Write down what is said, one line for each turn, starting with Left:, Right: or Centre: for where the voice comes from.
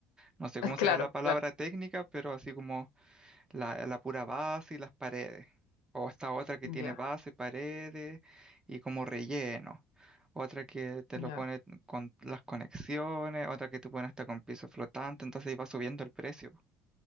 Right: no sé cómo
Left: <laughs> claro,
Right: será la palabra
Left: claro,
Right: técnica, pero así como la, la pura base y las paredes. O esta otra que tiene
Left: ya,
Right: base, paredes y como relleno. Otra que te lo
Left: ya.
Right: pone con las conexiones, otra que te pone hasta con piso flotante, entonces iba subiendo el precio.